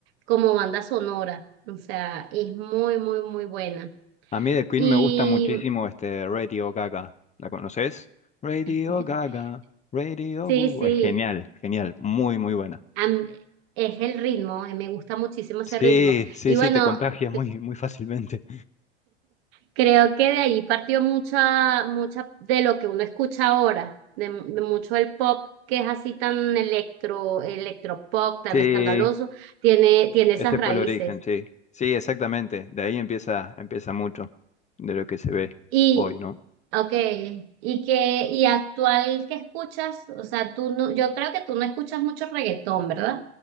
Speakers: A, on the right (about 60°); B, on the left (about 20°).
A: como banda sonora, o sea, es muy, muy, muy buena.
B: A mí de Queen
A: Y
B: me gusta muchísimo este Radio Gaga. ¿La conoces? Radio
A: <laughs>
B: Gaga, Radio
A: sí,
B: Google.
A: sí.
B: Es genial, genial, muy, muy buena.
A: a es el ritmo, eh, me gusta muchísimo ese
B: Sí,
A: ritmo.
B: sí,
A: Y
B: sí,
A: bueno,
B: te contagia muy,
A: c-
B: muy fácilmente.
A: creo que de ahí partió mucha, mucha de lo que uno escucha ahora, de, de mucho el pop que es así tan electro, electropop, tan
B: Sí,
A: escandaloso, tiene, tiene esas
B: ese
A: raíces.
B: fue el origen, sí. Sí, exactamente. De ahí empieza, empieza mucho de lo que se ve
A: Y,
B: hoy, ¿no?
A: okay, y que, y actual que escuchas, o sea, tú no, yo creo que tú no escuchas mucho reggaetón, ¿verdad?